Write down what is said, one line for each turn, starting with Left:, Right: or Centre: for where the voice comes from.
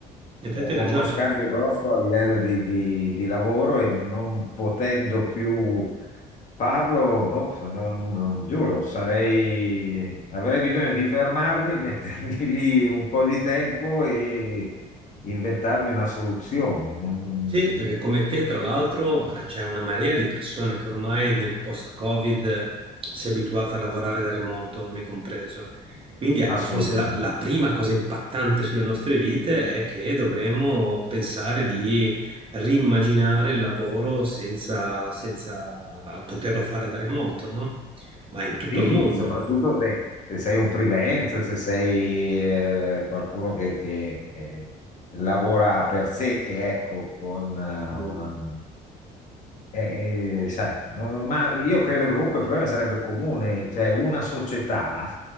Right: in effetti
Left: ho
Right: hai ragione.
Left: uno scambio grosso a livello di, di- di lavoro e non potendo più farlo, boh, non, non- giuro, sarei, avrei bisogno di fermarmi, <laughs> mettermi lì un po' di tempo e inventarmi una soluzione. Non- non-
Right: Sì, perché come te, tra l'altro, eh, c'è una marea di persone che ormai nel post-Covid si è abituata a lavorare da remoto, me compreso. Quindi ecco,
Left: Assolutamente.
Right: forse la, la prima cosa impattante sulle nostre vite è che dovremo pensare di rimmaginare il lavoro senza, senza poterlo fare da remoto, no? Ma in tutto
Left: Sì,
Right: il mondo.
Left: soprattutto se, se sei un freelance, se sei eh, qualcuno che, che, eh, lavora per sé, ecco, con eh,
Right: Mm.
Left: una- eh, eh, sai, ma ma io credo che comunque il problema sarebbe comune, cioè una società